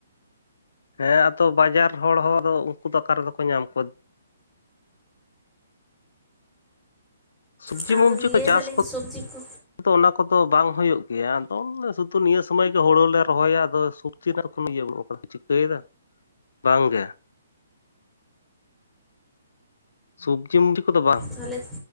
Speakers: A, on the left; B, in the centre.
A: ᱦᱮᱸ ᱟᱫᱚ ᱵᱟᱡᱟᱨ ᱦᱚᱲ ᱦᱚᱸ ᱩᱱᱠᱩ ᱫᱚ ᱚᱠᱟᱟᱨ ᱨᱮᱫᱚ ᱠᱚ ᱧᱟᱢ ᱠᱚᱣᱟ᱾ ᱥᱚᱵᱽᱡᱤ
B: ᱟᱨ
A: ᱢᱚᱵᱡᱤ
B: ᱞᱟᱹᱭ
A: ᱠᱚ ᱪᱟᱥ
B: ᱫᱟᱞᱤᱧ
A: ᱠᱚ
B: ᱥᱚᱵᱽᱡᱤ ᱠᱚ
A: ᱫᱚ ᱚᱱᱟ ᱠᱚᱫᱚ ᱵᱟᱝ ᱦᱩᱭᱩᱜ ᱜᱮᱭᱟ ᱟᱫᱚ ᱥᱩᱫᱷᱩ ᱱᱤᱭᱟᱹ ᱥᱩᱚᱢᱚᱭ ᱜᱮ ᱦᱩᱲᱩ ᱞᱮ ᱨᱚᱦᱚᱭᱟ ᱟᱫᱚ᱾ ᱛᱤᱱᱟ ᱨᱚᱠᱚᱢ ᱤᱭᱟᱹᱟᱹᱱ ᱠᱟᱱᱟ ᱪᱤᱠᱟᱹᱭᱮᱫᱟ ᱵᱟᱝᱜᱮ ᱥᱚᱵᱽᱡᱤ ᱢᱚᱵᱡᱤ ᱠᱚᱫᱚ ᱵᱟᱝ
B: ᱛᱟᱦᱚᱞᱮ